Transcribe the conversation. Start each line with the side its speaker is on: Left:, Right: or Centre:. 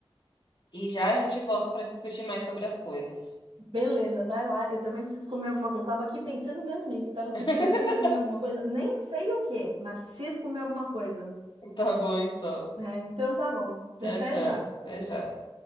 Left: e já a gente volta pra discutir mais sobre as coisas.
Right: beleza, vai lá. Eu também preciso comer alguma coisa. Tava aqui pensando mesmo nisso. Tava aqui
Left: <laughs>
Right: pensando em comer alguma coisa. Nem sei o que mas preciso comer alguma coisa,
Left: Tá bom, então.
Right: né? Então tá bom.
Left: Tchau,
Right: Até
Left: tchau.
Right: já.
Left: Até já.